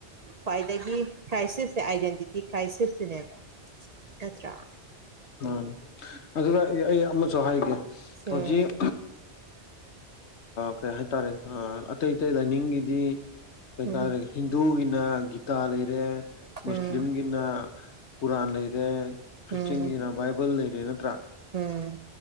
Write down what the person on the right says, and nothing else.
ꯈ꯭ꯋꯥꯏꯗꯒꯤ ꯈ꯭ꯔꯥꯏꯁꯤꯁꯁꯦ ꯑꯥꯏꯗꯦꯟꯇꯤꯇꯤ ꯈ꯭ꯔꯥꯏꯁꯤꯁꯁꯤꯅꯦꯕ ꯇ꯭ꯔ
ꯎꯝ
ꯎꯝ
ꯎꯝ
ꯎꯝ
ꯎꯝ